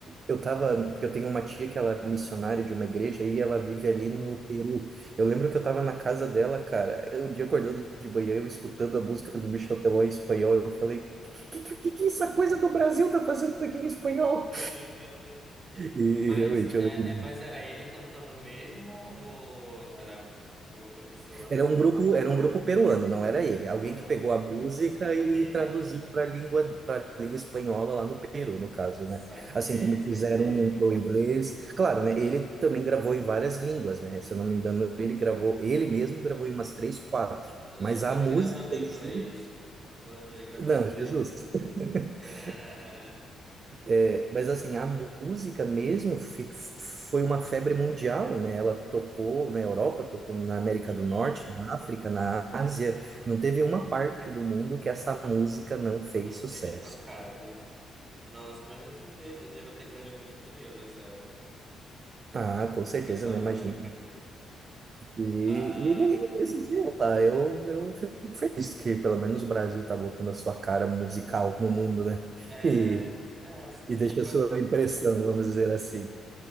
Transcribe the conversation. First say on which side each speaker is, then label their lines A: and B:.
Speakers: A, on the right; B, on the right.
A: eu tava, porque eu tenho uma tia que ela é missionária de uma igreja e ela vive
B: Uhum.
A: ali no Peru, eu lembro que eu tava na casa dela, cara, eu, um dia acordando de manhã, eu escutando a música do Michel Teló em espanhol, eu falei, que, que, que, que essa coisa do Brasil tá fazendo aqui em espanhol?
B: <laughs>
A: E
B: Mas,
A: realmente,
B: é,
A: eu lembro
B: é- mas era ele cantando mesmo ou era alguma outra pessoa?
A: Era um grupo, era um grupo peruano, não era ele. Alguém
B: Ah,
A: que pegou a música
B: saquei.
A: e traduziu para a língua, para língua espanhola lá no Peru, no caso,
B: Saquei,
A: né? Assim como
B: saquei.
A: fizeram o inglês. Claro, né? Ele também gravou em várias línguas, né? Se eu não me engano, ele gravou, ele mesmo gravou em umas três, quatro.
B: Eu
A: Mas
B: lembro
A: a
B: dele
A: música
B: gravando em
A: em
B: inglês.
A: si,
B: Eu lembro dele gravando
A: não,
B: em inglês.
A: Jesus. <laughs>
B: <laughs>
A: É, Mas assim, a música mesmo fi- foi uma febre mundial, né? Ela tocou na Europa, tocou na América
B: Uhum.
A: do Norte, na África, na Ásia. Não teve uma parte do mundo que essa música não fez
B: Não
A: sucesso.
B: tenha tocado. Nossa, imagina que ele, te- ele deva ter ganho muito dinheiro nessa época
A: Ah, com certeza,
B: com essa
A: né?
B: música.
A: Imagina. E,
B: Ah,
A: e e, assim, sei lá, eu, eu fico feliz que pelo menos o Brasil tá voltando a sua cara musical no mundo, né?
B: é,
A: E,
B: é, sim.
A: e deixa
B: Mas,
A: a sua impressão, vamos dizer assim.